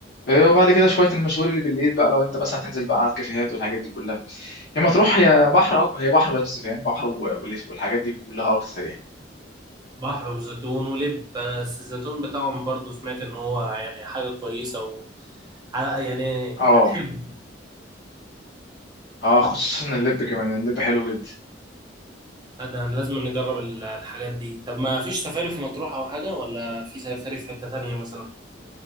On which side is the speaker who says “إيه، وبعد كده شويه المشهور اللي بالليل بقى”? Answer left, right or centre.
Left